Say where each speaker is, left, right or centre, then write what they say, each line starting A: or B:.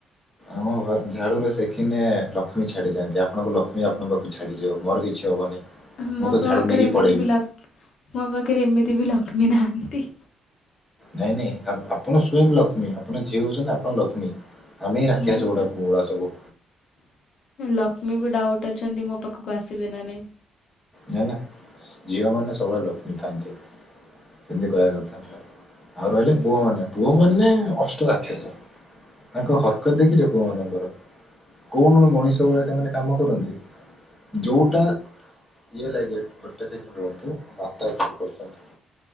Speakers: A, in the centre; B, on the left (about 55°).
A: ଆମ ଘରେ ଝାଡୁରେ ସେଖିନେ ଲକ୍ଷ୍ମୀ ଛାଡିଯାଆନ୍ତି ଆପଣଙ୍କ ଲକ୍ଷ୍ମୀ ଆପଣଙ୍କ ପାଖକୁ ଛାଡ଼ିଯିବ। ମୋର କିଛି ହେବନାହିଁ
B: ମୋ
A: ମୁଁ ତ
B: ପାଖରେ
A: ଝାଡ଼ୁ ନେଇକି
B: ଏମିତି
A: ପଳେଇବି।
B: ବି ଲ ମୋ ପାଖରେ ଏମିତି ବି ଲକ୍ଷ୍ମୀ ନାହାନ୍ତି।
A: ନାଇଁ ନାଇଁ ଆପଣ ସ୍ଵୟଁ ବି ଲକ୍ଷ୍ମୀ ଆପଣ ଯିଏ ହଉଛନ୍ତି ଆପଣ ଲକ୍ଷ୍ମୀ ଆମେ ରାଖିଆସ
B: ମୁଁ
A: ଗୁଡାକ ମୁଡ଼ା ସବୁ
B: ଲକ୍ଷ୍ମୀ ବି ଡାଉଟ୍ ଅଛନ୍ତି ମୋ ପାଖକୁ ଆସିବେ ନା ନାହିଁ।
A: ନାଇ ନା ଝିଅ ମାନେ ସବୁବେଳେ ଲକ୍ଷ୍ମୀ ଥାନ୍ତି ସେମିତି କହିବା କଥାନୁହେଁ। ଆଉ ରହିଲେ
B: ଏଇଟା
A: ପୁଅ ମାନେ? ପୁଅ ମାନେ ଅଷ୍ଟ ରାକ୍ଷାସ ତାଙ୍କ ହରକତ ଦେଖିଛ ପୁଅ ମାନଙ୍କର? <inaudible> ମଣିଷ ଭଳିଆ ସେମାନେ କାମ କରନ୍ତି ଯୋଉଟା ଇଏ ଲାଗି ଗୋଟେ ସେକଣ୍ଡ ରୁହନ୍ତୁ କରୁଛନ୍ତି।